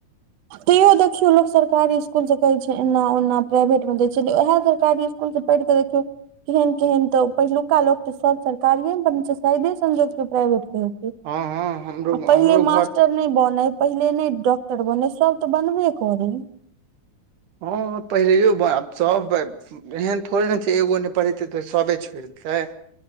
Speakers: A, on the right (about 65°); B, on the right (about 85°).
A: तैयो देखियो लोक सरकारी स्कूल जे कहे छै एना ओना प्राइवेट मे देय छलै औहै सरकारी इस कुल सँ पैढ़ कऽ केहन केहन तऽ पहिलुका लोक तऽ सब सरकारिए मऽ बन छै शायदे संजोग कियो प्राइवेट केँ
B: हँ हँ हमरो
A: आ
B: हमरो
A: पहिले मास्टर
B: घर
A: नहि बनै पहिले नै डॉक्टर बनै सब तऽ बनबे करै
B: हँ हँ पहिलेयौ बा <unintelligible> एहन थोड़े नऽ छै एगो नहि पढ़ेतै तऽ सभे छोड़ि देतै,